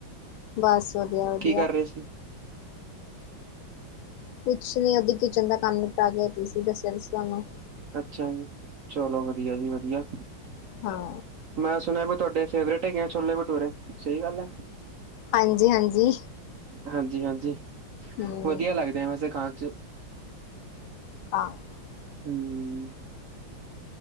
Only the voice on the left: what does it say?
ਬਸ ਵਧੀਆ-ਵਧੀਆ
ਕੁਛ ਨੀ ਅਬੀ ਕਿਚਨ ਦਾ ਕੰਮ ਨਿਪਟਾ ਕੇ ਹਟੀ ਸੀ ਦੱਸਿਆ ਸੀ ਤਾਨੂੰ
ਹਾਂ
ਹਾਂਜੀ- ਹਾਂਜੀ
ਹਮ
<unintelligible>